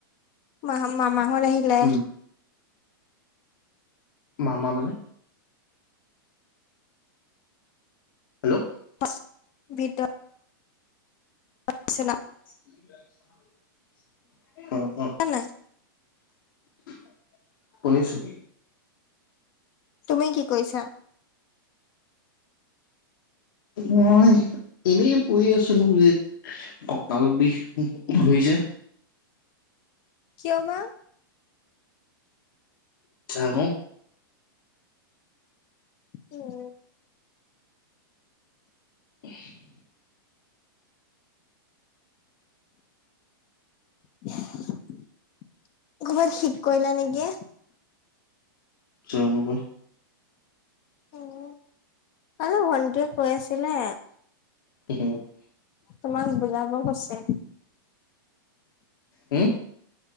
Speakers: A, on the left (about 35°); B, on the left (about 65°).
A: মা-মামাহঁত আহিলে।
B: উম মামা মানে? হেল্ল'?
A: <unintelligible> <unintelligible>
B: <unintelligible>
A: <unintelligible> নাই।
B: <unintelligible> শুনিছোঁ।
A: তুমি কি কৰিছা?
B: মই, এনেই পৰি আছোঁ, <unintelligible> ককাল বিষ, ধৰিছে!
A: কিয় বা?
B: জানোঁ!
A: উম।
B: <unintelligible>
A: <unintelligible> ক'ৰবাত ঠিক কৰিলা নেকি?
B: জানোঁ পাই!
A: উম, কালি ভন্টিয়ে কৈ আছিলে।
B: <unintelligible>
A: তোমাক বুজাব কৈছে?
B: উম।